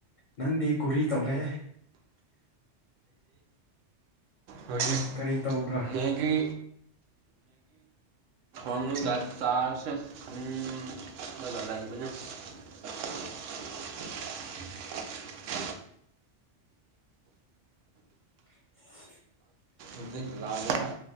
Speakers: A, on the left; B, on the right.
A: ꯅꯪꯗꯤ ꯀꯨꯔꯤ ꯇꯧꯔꯦ
B: ꯍꯧꯖꯤꯛ
A: ꯀꯔꯤ ꯇꯧꯕ꯭ꯔꯥ
B: ꯃꯦꯒꯤ ꯃꯅꯨꯡꯗ ꯆꯥꯔꯁꯦ ꯈꯟꯂꯒ ꯂꯩꯕꯅꯦ <unintelligible>
A: <unintelligible>
B: ꯑꯗꯨ ꯂꯥꯜꯂꯦꯅꯥ